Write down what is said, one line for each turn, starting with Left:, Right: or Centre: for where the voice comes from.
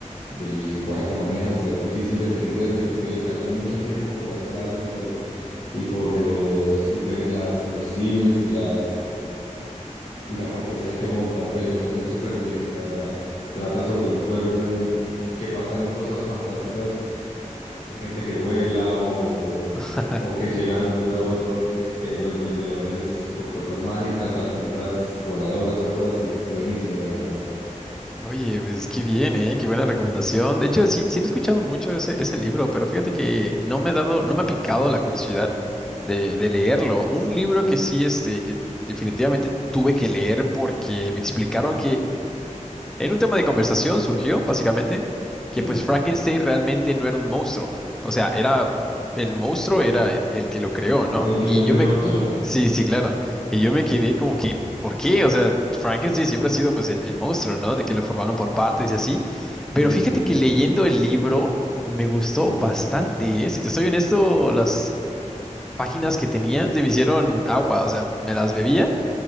Left: del lenguaje que maneja, o sea, es difícil de entender, tienes que dedicarle mucho tiempo por las frases y por, y por los, y pe- las, los símiles y las, y la fantasía que monta, pero es súper bien, la verdad. Trata sobre un pueblo en que pasan cosas fantásticas pues, gente que vuela o,
Centre: <laughs>
Left: o que llega de un momento a otro, eh, los vendedores con cosas mágicas, alfombras voladoras, cosas así. Buenísimo, la verdad.
Centre: Oye, pues qué bien, ¿eh? Qué buena recomendación. De hecho, sí, sí lo he escuchado mucho ese, ese libro, pero fíjate que no me ha dado, no me ha picado la curiosidad de, de leerlo. Un libro que sí, este, que definitivamente tuve que leer porque me explicaron en un tema de conversación surgió, básicamente,
Left: Sí,
Centre: que pues Frankenstein realmente no era un monstruo. O sea, era el monstruo, era el, el que lo creó, ¿no?
Left: el que
Centre: Y
Left: lo creó,
Centre: yo me...
Left: claro.
Centre: Sí, sí, claro. Y yo me quedé como que, ¿por qué? O sea, Frankenstein siempre ha sido pues el, el monstruo, ¿no? De que lo formaron por partes y así.
Left: Sí,
Centre: Pero
Left: sí,
Centre: fíjate
Left: sí,
Centre: que leyendo el libro me gustó
Left: sí,
Centre: bastante, ¿eh? Si te soy honesto, las páginas que tenía se me hicieron agua, o sea, me las bebía.